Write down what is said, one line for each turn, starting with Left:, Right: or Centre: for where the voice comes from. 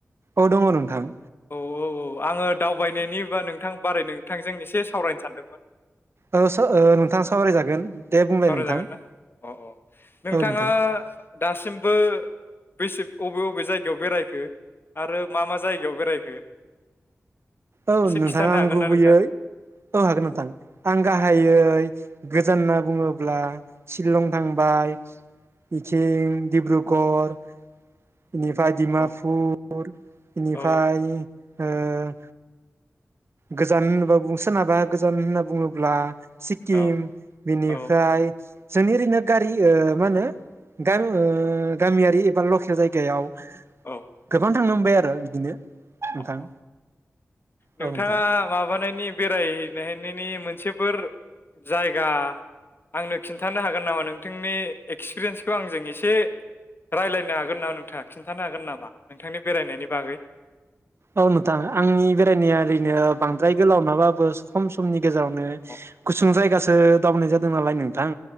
Right: औ दङ नोंथां।
Left: औ औ औ आङो दावबायनायनिबा नोंथां बारै नोंथांजों एसे सावरायनो सानदोंमोन।
Right: ओ सो ओ नोंथां सावराय जागोन दे बुंलाय
Left: सावरायजागोन
Right: नोंथां
Left: ना अ अ नोंथाङा
Right: औ नोंथां
Left: दासिमबो बेसे अबे अबे जायगायाव बेरायखो आरो मा मा जायगायाव बेरायखो
Right: औ
Left: एसे
Right: नोंथां
Left: खिन्थानो
Right: आं
Left: हागोन
Right: गुबैयै
Left: ना नोंथां
Right: औ हागोन नोंथां आं गाहायै गोजान होनना बुङोब्ला शिलं थांबाय इथिं डिब्रुगर इनिफ्राय डिमाफुर
Left: औ
Right: इनिफ्राय
Left: औ
Right: ओ गोजान होनोबा बुं सोनाबहा गोजान होनना बुङोब्ला सिक्किम
Left: औ
Right: बिनिफ्राय
Left: औ
Right: जोंनि ओरैनो गारि ओ मा होनो गामि ओ गामियारि एबा लकेल जायगायाव
Left: औ
Right: गोबां थांनो मोनबाय आरो बिदिनो नोंथां
Left: अ नोंथाङा
Right: औ नोंथां
Left: माबानायनि बेरायहै राय हैनायनि मोनसेफोर जायगा आंनो खिन्थानो हागोन नामा नोंथांनि एक्सपिरियेन्सखौ आंजों एसे रालायनो हागोन नामा नोंथाङा खिन्थानो हागोन नामा नोंथांनि बेरायनायनि बागै?
Right: औ नोंथां आंनि बेरायनाया ओरैनो बांद्राय गोलाव नङाबाबो खम समनि गेजेरावनो
Left: अ
Right: गुसुं जायगासो दावबायनाय जादों नालाय नोंथां